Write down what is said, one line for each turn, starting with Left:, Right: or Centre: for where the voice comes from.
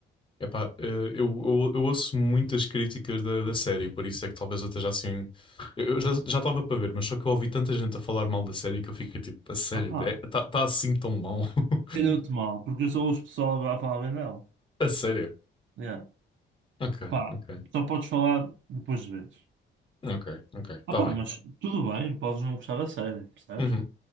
Left: Epá, eh, eu, eu, eu ouço muitas críticas da, da série, por isso é que talvez eu esteja assim. Eu eu já já estava para ver, mas só que eu ouvi tanta gente a falar mal da série que eu fiquei tipo, a sério,
Right: Ah pá,
Left: está tá tá assim tão mal. <laughs>
Right: calhou-te mal, porque eu só ouço o pessoal a a falar bem dela.
Left: A sério.
Right: Yeah.
Left: Ok,
Right: Pá,
Left: ok,
Right: só podes falar depois de ver.
Left: ok, ok. Está
Right: Opa,
Left: bem.
Right: mas tudo bem, podes não gostar da série, percebes?
Left: Uhum.